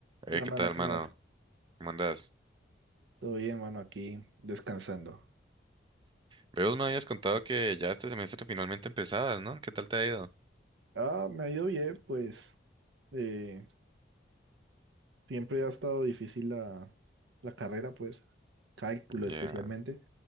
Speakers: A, on the right (about 25°); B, on the right (about 80°).
A: Eh,
B: La
A: ¿qué
B: mano,
A: tal,
B: ¿qué
A: mano?
B: más?
A: ¿Cómo andas?
B: Todo bien, mano, aquí descansando.
A: Veo, me habías contado que ya este semestre finalmente empezabas, ¿no? ¿Qué tal te ha ido?
B: Ah, me ha ido bien, pues. eh, siempre ha estado difícil la, la carrera, pues. Cálculo especialmente.
A: Ya.